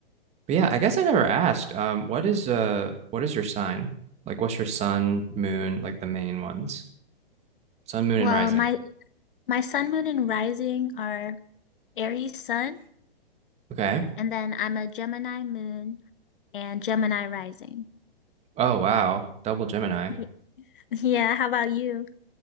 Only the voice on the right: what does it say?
But yeah, I guess I never asked. Um, what is uh what is your sign? Like what's your sun, moon, like the main ones? Sun, moon,
and rising.
Okay.
Oh wow. Double Gemini.